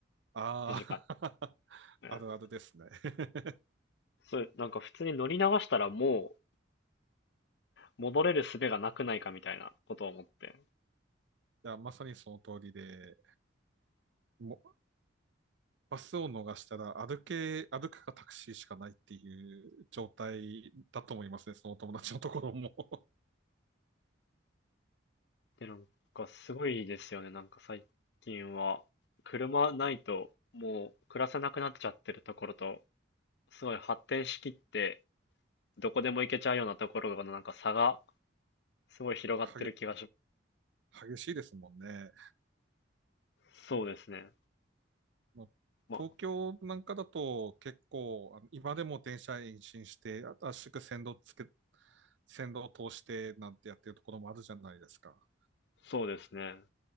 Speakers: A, on the right (about 70°); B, on the left (about 60°).
A: ああ、
B: 短い
A: <laughs>
B: 間。
A: あるあるですね。
B: うん
A: <laughs>
B: そう、なんか普通に乗り流したらもう戻れる術がなくないかみたいなことを思って。
A: いや、まさにその通りで、もうバスを逃したら歩け、歩くかタクシーしかないっていう状態だと思いますね、そのお友達のところも。<laughs>
B: で、なんかすごいですよね。なんか最近は、車ないともう暮らせなくなっちゃってるところと、すごい発展しきって、どこでも行けちゃうようなところのなんか差がすごい広がってる気がしま
A: はげ、激しいですもんね。
B: す。そうですね。
A: まあの東京なんかだと結構、
B: まあ
A: あの今でも電車延伸して、あ圧縮線路つけ、線路を通してなんてやってるところもあるじゃないですか。
B: そうですね。